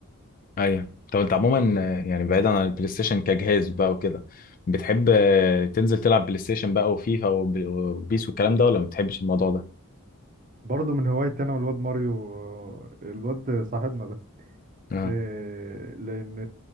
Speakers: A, on the left; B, on the right.
A: ايوه طب انت عموما آه، يعني بعيدا عن البلاي ستيشن كجهاز بقى وكده بتحب آه، تنزل تلعب بلاي ستيشن بقى وفيفا وب- وبيس والكلام ده ولا ما بتحبش الموضوع ده؟
B: برضه من هوايتي انا والواد ماريو آه، الواد صاحبنا ده
A: اه
B: آه، لان